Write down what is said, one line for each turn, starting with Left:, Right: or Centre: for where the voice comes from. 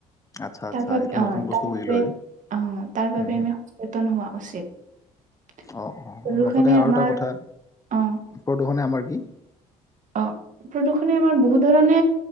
Left: আচ্ছা, আচ্ছা
Right: তাপিছত
Left: এইটো
Right: অঁ
Left: নতুন বস্তু
Right: তাপিছতে
Left: বুজিলো আজি।
Right: অঁ তাৰবাবে
Left: হুম, হুম,
Right: আমি- সচেতন হোৱা উচিত।
Left: অঁ অঁ
Right: প্ৰদূষণে
Left: লগতে আৰু
Right: আমাৰ
Left: এটা কথা
Right: অ',
Left: প্ৰদূষনে আমাৰ কি?
Right: অঁ প্ৰদূষণে আমাৰ বহুত ধৰণে